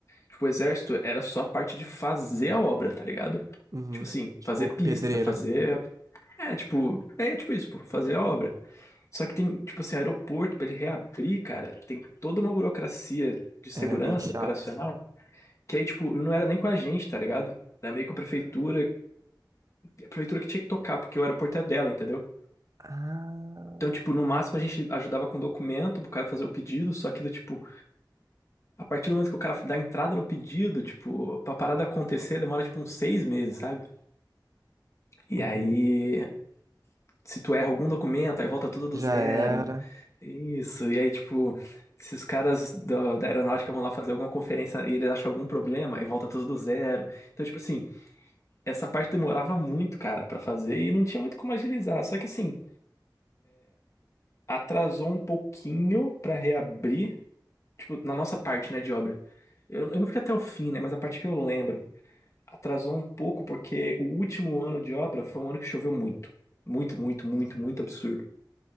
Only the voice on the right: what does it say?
Uhum.
Tipo,
pedreiro.
É bem chato.
Ah.
Uhum.
Já
era.